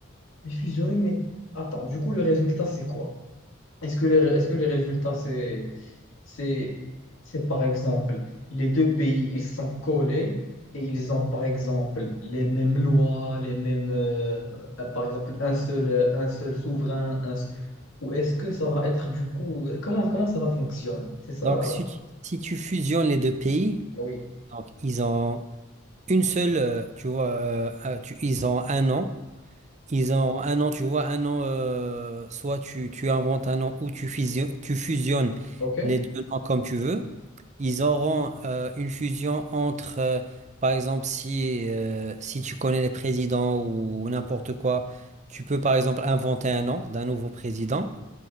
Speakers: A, on the left; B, on the right.
A: mais fusionner. Mais attends, du coup, le résultat, c'est quoi? Est-ce que les, est-ce que les résultats, c'est, c'est, c'est par exemple, les deux pays, ils sont collés et ils ont par exemple les mêmes lois, les mêmes, euh, euh, par exemple, un seul, euh, un seul souverain, un s- ou est-ce que ça va être du coup, euh, comment, comment ça va fonctionner? C'est ça,
B: Donc si tu, si tu fusionnes les deux pays,
A: oui,
B: donc ils ont une seule, euh, tu vois, euh, euh, tu- ils ont un an. Ils ont un an, tu vois, un an, euh, soit tu, tu inventes un an ou tu fusion- tu fusionnes
A: ok.
B: les deux noms comme tu veux. Ils auront euh, une fusion entre, euh, par exemple, si, euh, si tu connais les présidents ou n'importe quoi, tu peux par exemple inventer un nom d'un nouveau président.